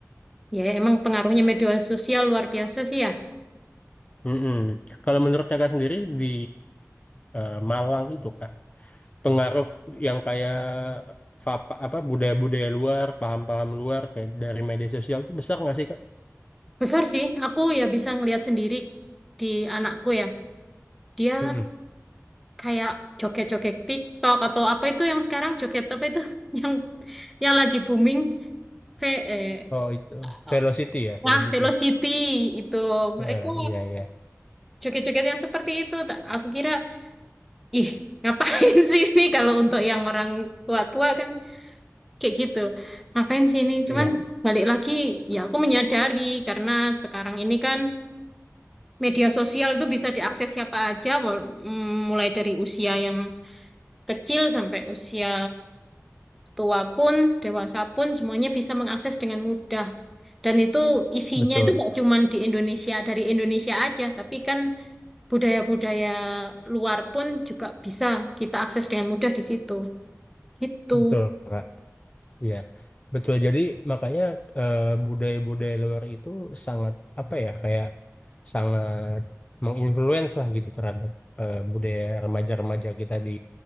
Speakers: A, in the centre; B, on the left (about 25°).
A: Ya emang pengaruhnya media sosial luar biasa sih ya.
B: Mm-mm. Kalau menurut kakak sendiri di eh, Malang itu kak pengaruh yang kayak fapa, apa budaya-budaya luar, paham-paham luar kayak dari media sosial itu besar nggak sih Kak?
A: Besar sih. Aku ya bisa ngelihat sendiri di anakku ya. Dia
B: Mm-mm.
A: kayak joget-joget TikTok atau apa itu yang sekarang joget apa itu <laughs> yang yang lagi booming ve eh,
B: Oh itu
A: um,
B: velocity ya, velocity.
A: ah Velocity itu
B: Ah,
A: mereka
B: iya iya
A: joget-joget yang seperti itu tak aku kira ih ngapain <laughs> sih ini kalau untuk yang orang tua-tua kan kayak gitu ngapain sih ini cuman
B: iya
A: balik lagi ya aku menyadari karena sekarang ini kan media sosial itu bisa diakses siapa aja wal- mm, mulai dari usia yang kecil sampai usia tua pun, dewasa pun semuanya bisa mengakses dengan mudah. Dan itu isinya
B: betul
A: itu nggak cuma di Indonesia, dari Indonesia aja, tapi kan budaya-budaya luar pun juga bisa kita akses dengan mudah di situ. itu
B: betul Kak. Iya betul. Jadi makanya eh, budaya-budaya luar itu sangat apa ya kayak sangat menginfluence lah gitu terhadap eh, budaya remaja-remaja kita di